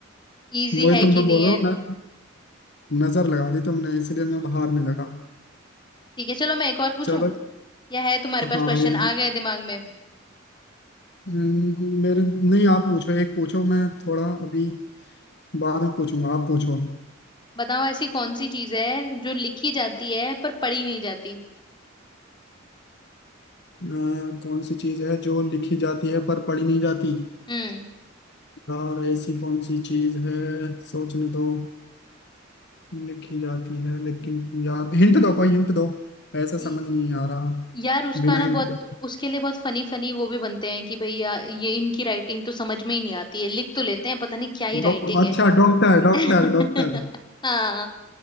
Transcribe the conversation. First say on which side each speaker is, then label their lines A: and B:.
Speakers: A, on the left; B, on the left.
A: इजी
B: वही
A: है
B: तो
A: कि
B: मैं
A: नहीं
B: बोल
A: है
B: रहा हूँ ना नजर लगा दी तुमने इसलिए मैं अब हारने लगा
A: ठीक है चलो मैं एक और पूछूं
B: चलो
A: या है तुम्हारे
B: हाँ
A: पास क्वेश्चन
B: एक
A: आ गए दिमाग में
B: हम्म, मेरे नहीं आप पूछो एक पूछो मैं थोड़ा अभी बाद में पूछूंगा आप पूछो
A: बताओ ऐसी कौन सी चीज है जो लिखी जाती है पर पढ़ी नहीं जाती
B: अ, कौन सी चीज है जो लिखी जाती है पर पढ़ी नहीं जाती
A: हम्म
B: यार ऐसी कौन सी चीज है सोचने दो लिखी जाती है लेकिन यार हिंट दो कोई हिंट दो ऐसा
A: ये-
B: समझ नहीं आ रहा
A: यार उसका
B: बिना
A: ना
B: हिंट
A: बहुत
B: के
A: उसके लिए बहुत फनी फनी वो भी बनते हैं कि भैया ये इनकी राइटिंग तो समझ में ही नहीं आती है लिख तो लेते हैं पता नहीं क्या ही राइटिंग
B: डॉ अच्छा
A: है
B: डॉक्टर डॉक्टर
A: <laughs>
B: डॉक्टर
A: हाँ